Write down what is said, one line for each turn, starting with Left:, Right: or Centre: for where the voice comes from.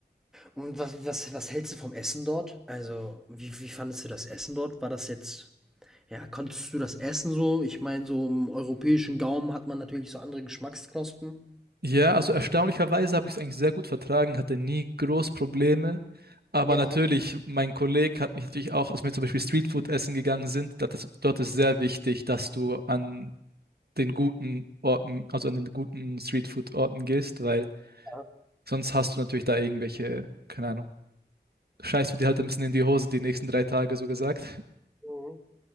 Centre: Und was was was hältst du vom Essen dort? Also, wie wie fandest du das Essen dort? War das jetzt ja, konntest du das essen so? Ich meine, so im europäischen Gaumen hat man natürlich so andere Geschmacksknospen.
Right: Ja, also erstaunlicherweise habe ich es eigentlich sehr gut vertragen, hatte nie groß Probleme. Aber
Centre: Ja,
Right: natürlich, mein Kollege hat mich natürlich auch, als wir zum Beispiel Streetfood essen gegangen sind, dat ist, dort ist sehr wichtig, dass du an den guten Orten, also an den guten Streetfood-Orten gehst, weil
Centre: ja,
Right: sonst hast du natürlich da irgendwelche, keine Ahnung, scheißt du dir halt ein bisschen in die Hose die nächsten drei Tage, so gesagt.
Centre: mhm.